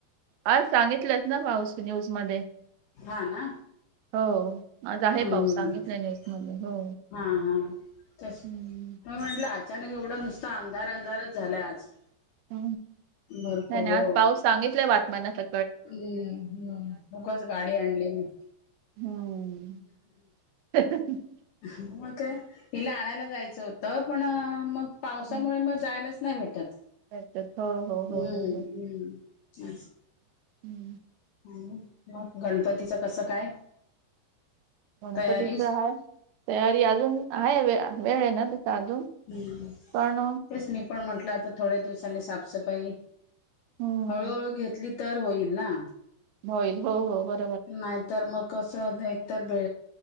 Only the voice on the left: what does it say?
हा ना
हम्म
हम्
हा हा तस
म म्हंटल आज अचानक एवढं नुसता अंधार अंधारच झालंय आज
भरपूर
हो
हम्म हम्म उगाच गाडी आणली मी
ह मग काय हिला आणायला जायचं होतं. तर पण मग पावसामुळे
मग जायलाच नाही भेटत
हम्म
हम्म
ह मग गणपतीचं कसं काय
तयारी
हम्
तेच मी पण म्हंटलं आता थोड्या दिवसांनी साफसफाई
हळूहळू घेतली तर होईल ना
नाहीतर मग कसं एकतर भे